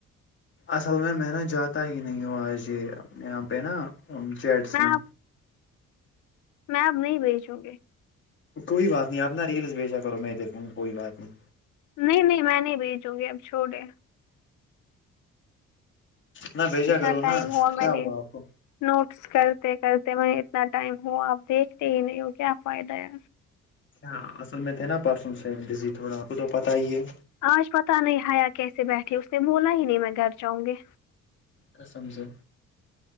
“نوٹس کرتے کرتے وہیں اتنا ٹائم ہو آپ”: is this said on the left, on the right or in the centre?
Left